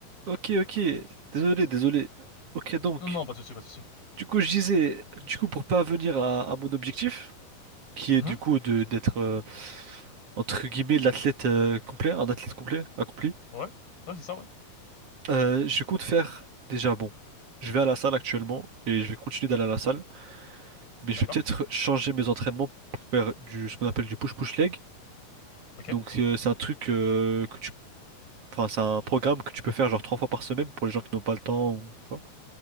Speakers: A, on the right (about 45°); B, on the left (about 70°).
A: ok, ok. Désolé, désolé. Ok, donc,
B: Non, non, pas de souci, pas de souci.
A: du coup, je disais, du coup, pour pas venir à, à mon objectif, qui
B: Mhm.
A: est du coup de d'être, euh, entre guillemets, l'athlète euh, complet, un athlète complet, accompli,
B: Ouais, ouais, c'est ça, ouais.
A: euh, je compte faire déjà, bon, je vais à la salle actuellement et je vais continuer d'aller à la salle. Mais je
B: D'accord.
A: vais peut-être changer mes entraînements pour faire du, ce qu'on appelle du push-push leg.
B: Ok.
A: Donc euh, c'est un truc euh, que tu, enfin c'est un programme que tu peux faire genre trois fois par semaine pour les gens qui n'ont pas le temps ou tu vois.